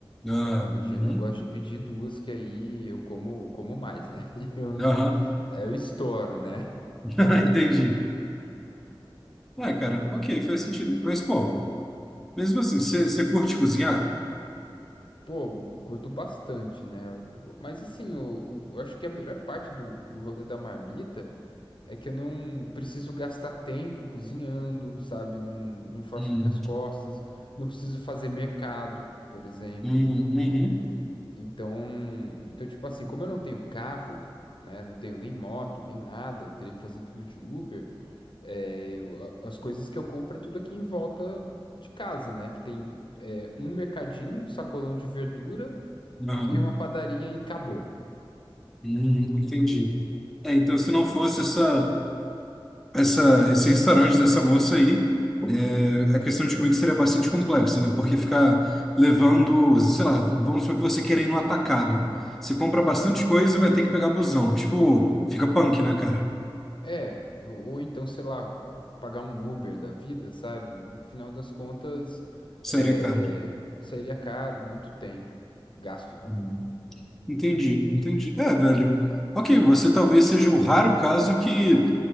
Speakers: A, in the centre; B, on the left.
A: Ah,
B: Aí, parmegiana
A: uhum,
B: eu gosto de pedir duas, que aí eu como, como mais, né? <laughs> E Eu, me-
A: aham,
B: aí eu estouro, né?
A: <laughs> entendi. Ué, cara, ok, faz sentido. Mas, pô, mesmo assim, você você curte cozinhar?
B: Pô, curto bastante, né? O- Mas, assim, eu, eu acho que a melhor parte do, do rolê da marmita é que eu não preciso gastar tempo cozinhando, sabe? Não, não faço
A: Hum,
B: minhas costas, não preciso fazer mercado, por exemplo.
A: hum, uhum,
B: né? Então, então, tipo assim, como eu não tenho carro, né, não tenho nem moto, nem nada, eu teria que fazer tudo de Uber, é, eu- a- as coisas que eu compro é tudo aqui em volta de casa, né, que tem é, um mercadinho, um sacolão de verdura
A: aham.
B: e uma padaria e acabou.
A: Hum, entendi. É, então, se não fosse essa, essa, esse restaurante dessa moça aí, é, a questão de comida seria bastante complexa, né? Porque ficar levando, sei lá, v- vamos supor que você quer ir no atacado. Você compra bastante
B: Uhum.
A: coisa e vai ter que pegar busão. Tipo, fica punk, né, cara?
B: É, eu- ou então, sei lá, pagar um Uber da vida, sabe? No final das contas, é,
A: Seria caro.
B: é, sairia caro e muito tempo. Gasto também,
A: Hum.
B: né?
A: Entendi, entendi. É, velho. Ok, você talvez seja o raro caso que